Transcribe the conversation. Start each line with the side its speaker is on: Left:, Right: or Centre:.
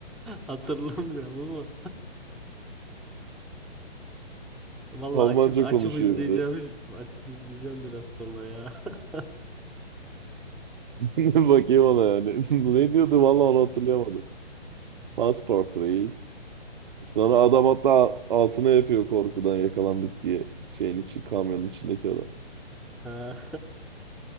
Centre: Hatırlamıyorum ama. Valla
Right: Almanca
Centre: açıp açıp
Right: konuşuyor
Centre: izleyeceğim.
Right: bir de.
Centre: Açıp izleyeceğim biraz sonra ya. <laughs>
Right: <laughs> Bakayım ona yani. <laughs> Ne diyordu vallahi onu hatırlayamadım. Passport please. Sonra adam hatta altına yapıyor korkudan yakalandık diye. Şeyin içi, kamyonun içindeki adam.
Centre: Ha.